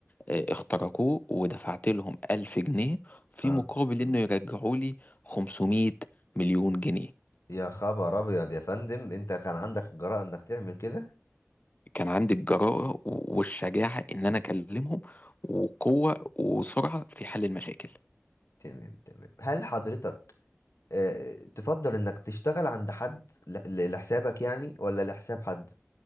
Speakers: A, on the left; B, on the left.
A: آه، اخترقوه ودفعت لهم ألف جنيه في
B: اه
A: مقابل انه يرجعوا لي 500 مليون جنيه
B: يا خبر ابيض يا فندم انت كان عندك الجرأة انك تعمل كده؟
A: كان عندي الجرأة والشجاعة ان انا اكلمهم وقوة وسرعة في حل المشاكل
B: تمام تمام هل حضرتك آه، تفضل انك تشتغل عند حد ل- ل- لحسابك يعني ولا لحساب حد